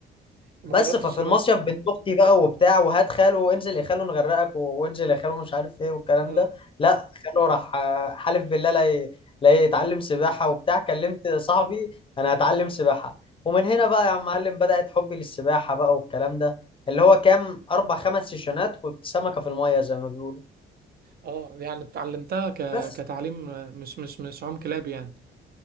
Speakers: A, on the right (about 50°); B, on the left (about 25°).
A: ما
B: بس
A: جربتش
B: ففي المصيف بنت اختي بقى وبتاع وهات خاله وانزل يا خاله نغرقك وانزل يا خاله مش عارف ايه والكلام
A: اه
B: ده لا خاله راح آه، حلف بالله لا ي- لا يتعلم سباحه وبتاع كلمت صاحبي انا هتعلم سباحه ومن هنا بقى يا معلم بدأت حبي للسباحه بقى والكلام ده اللي هو كام اربع خمس سيشنات كنت سمكه في الميه زي ما بيقولوا
A: اه يعني اتعلمتها ك...
B: بس
A: كتعليم آه، مش مش مش عم كلاب يعني